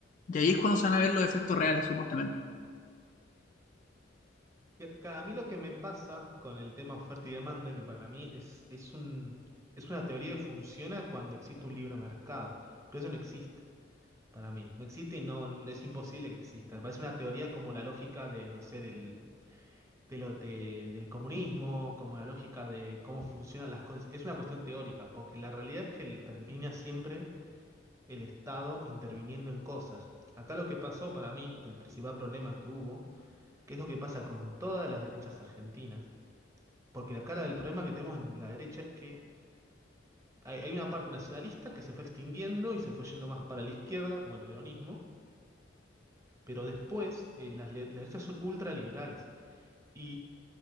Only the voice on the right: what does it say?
Que- que a mí lo que me pasa con el tema oferta y demanda, que para mí es, es un, es una teoría que funciona cuando existe un libre mercado, pero eso no existe. Para mí, no existe y no es imposible que exista. Me parece una teoría como la lógica de, no sé, del de lo, de- del comunismo, como la lógica de cómo funcionan las cosas. Es una cuestión teórica, porque la realidad es que el- termina siempre el Estado interviniendo en cosas. Acá lo que pasó para mí, que el principal problema que hubo, que es lo que pasa con todas las derechas argentinas, porque acá la del problema que tenemos en la derecha es que hay, hay una parte nacionalista que se fue extinguiendo y se fue yendo más para la izquierda, como el peronismo, pero después eh, las, le- las derechas son ultraliberales. Y